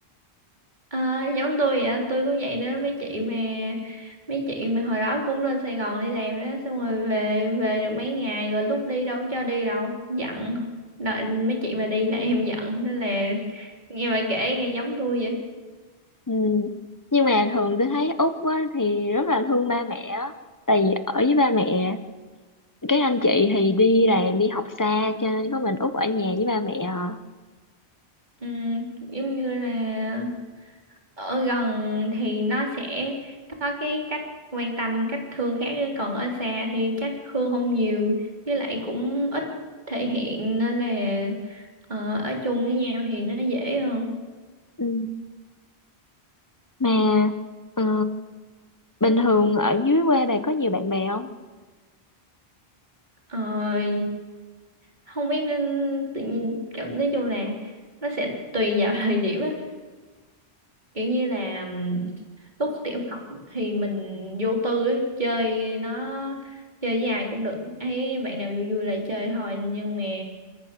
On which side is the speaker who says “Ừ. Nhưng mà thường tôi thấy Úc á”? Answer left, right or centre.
Left